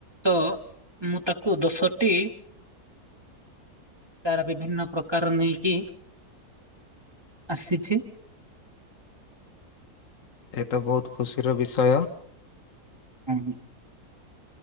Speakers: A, on the right; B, on the left.
A: ତ ମୁଁ ତାକୁ ଦଶଟି ତାର ବିଭିନ୍ନ ପ୍ରକାର ନେଇକି ଆସିଚି।
B: ଏ ତ ବହୁତ ଖୁସିର ବିଷୟ।
A: ହଁ ହଁ।